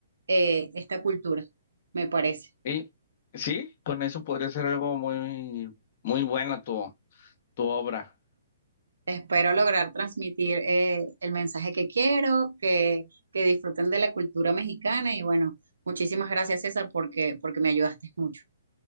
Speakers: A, on the right; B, on the left.
A: eh, esta cultura, me parece.
B: Y sí, con eso podría ser algo muy, muy buena tu, tu obra.
A: Espero lograr transmitir eh, el mensaje que quiero, que, que disfruten de la cultura mexicana y bueno, muchísimas gracias César porque, porque me ayudaste mucho.